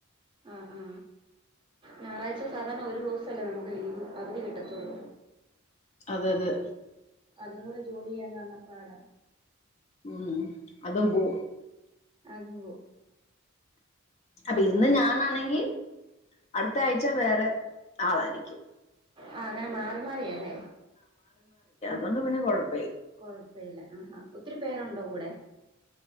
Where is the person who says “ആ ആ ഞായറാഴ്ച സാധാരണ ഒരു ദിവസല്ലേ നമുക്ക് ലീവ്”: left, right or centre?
Right